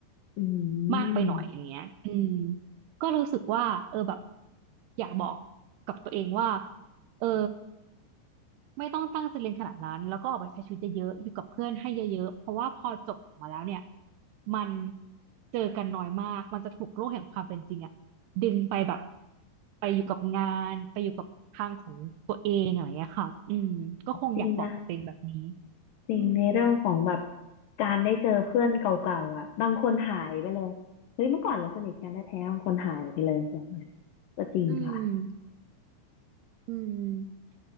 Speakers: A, on the left; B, on the right.
A: อื
B: มากไปหน่อยอย่างเงี้ยอืม
A: ม
B: ก็รู้สึกว่าเออแบบอยากบอกกับตัวเองว่าเออ ไม่ต้องตั้งใจเรียนขนาดนั้นแล้วก็ออกไปใช้ชีวิตเยอะๆอยู่กับเพื่อนให้เยอะๆเพราะว่าพอจบออกมาแล้วเนี่ยมันเจอกันน้อยมากมันจะถูกโลกแห่งความเป็นจริงอะดึงไปแบบไปอยู่กับงานไปอยู่กับทางของตัวเองอะไรอย่างเงี้ยค่ะอืมก็คงอยากบอกกับตัวเองแบบนี้
A: จริงนะ จริงในเรื่องของแบบ
B: อืม
A: การได้เจอเพื่อนเก่าๆอ่ะบางคนหายไปเลยเฮ้ยเมื่อก่อนเราสนิทกันแท้ๆบางคนหายไปเลยอย่างเงี้ยก็จริงค่ะ
B: อืมอืม